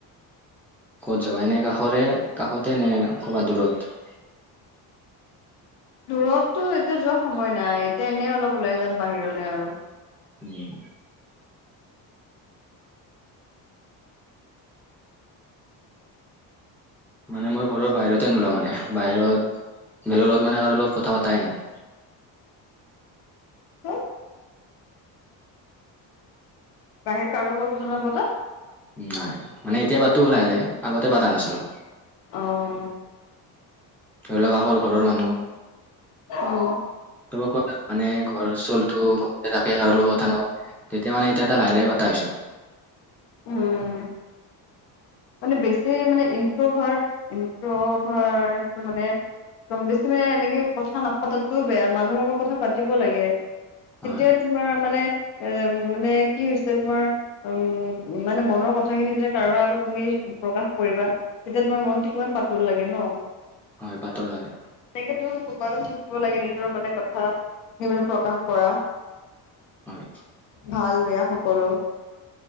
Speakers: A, in the centre; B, on the left (about 80°).
A: ক'ত যাবা? এনে কাষৰে, কাষতে নে ক'ৰবাত দূৰত?
B: দূৰতটো এতিয়া যোৱা সময় নাই। এতিয়া এনেই অলপ ওলাই যাম বাহিৰলে আৰু।
A: উম। মানে মই ঘৰৰ বাহিৰতে নোলাওঁ মানে। বাহিৰত বেলেগৰ লগত মানে কাৰো লগত কথা পাতাই নাই।
B: হম? বাহিৰত কাৰো লগ <unintelligible> কথা নাপাতা?
A: নাই। মানে এতিয়া পাটো লাহে লাহে, আগতে পাতা নাছিলো।
B: অ উম
A: <unintelligible> ঘৰৰ মানুহ।
B: অ
A: ত ক মানে ঘৰ চলটো ঘৰতে থাকে আৰু লগ কথা নাপাব তেতিয়া মানে এতিয়া এটা লাহে লাহে পতা হৈছো
B: উম মানে বেছি মানে ইনফ্ৰ'ভাৰ্ট ইনফ্ৰ'ভাৰট মানে একদম বেছি মে এনেকে কথা নাপাতাটোও বেয়া মানুহৰ লগত কথা পাতিব লাগে
A: হয়
B: এতিয়া তোমাৰ মানে এ মানে কি হৈছে তোমাৰ উম মানে মনৰ কথাখিনি যেতিয়া কাৰোবাৰ আগত তুমি প্ৰকাশ কৰিবা তেতিয়া তোমাৰ মনটো কিমান পাতল লাগে ন
A: হয় পাতল হয়
B: তেকেত কবাদ লাগে নিজৰ মানে কথা স মানে প্ৰকাশ কৰা
A: হয়
B: ভাল বেয়া সকলো